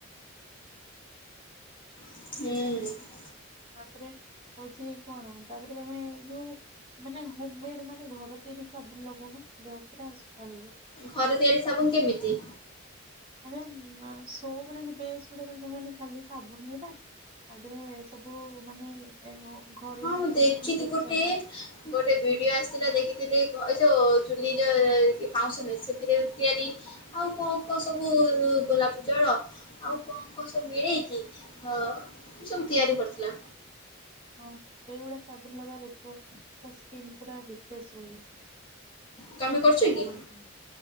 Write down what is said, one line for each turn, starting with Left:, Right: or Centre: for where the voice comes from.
Left: ହୁଁ।
Right: ତାପରେ ହଉଚି କଣ ତାପରେ ତମେ ଏ ଯୋଉ ମାନେ ହୋମ ମେଡ୍ ମାନେ ଘର ତିଆରି ସାବୁନ୍ ଲଗାଉନା ଦେହ ପୁରା ସଫା ରହିବ।
Left: ଘର ତିଆରି ସାବୁନ୍ କେମିତି।
Right: ମାନେ ସୋପରେ ଯୋଉ ବେସ୍ ଗୁଡ଼ା ହୁଏନି ମାନେ ଖାଲି ସାବୁନୁ ଗୁରା। ଆଗରେ ସବୁ ମାନେ ଘରୋଇ
Left: ହଁ
Right: ଜିନିଷ
Left: ମୁଁ ଦେଖିଛି
Right: ଯେମତି ବେସନ
Left: ଗୋଟେ ଗୋଟେ ଭିଡିଓ ଆସିଥିଲା ଦେଖିଥିଲି ଏ ଯୋଉ ଚୁଲି ଯୋଉ ପାଉଁଶ ନୁହେଁ ସେଥିରେ ତିଆରି ଆଉ କଣ କଣ ସବୁ ଗୋଲାପ ଜଳ ଆଉ କଣ କଣ ସବୁ ମିଳେଇକି ଅ ସବୁ ତିଆରି କରିଥିଲା।
Right: ହଁ ସେଇଭଳିଆ ସାବୁନ୍ ଲଗା ଦେଖିବ ସ୍କ୍ରିନ୍ ପୁରା ରିଫ୍ରେସ୍ ରହିବ।
Left: ତମେ କରୁଛ
Right: ସବୁ
Left: କି?
Right: ବେଳେ ପାଇଁ।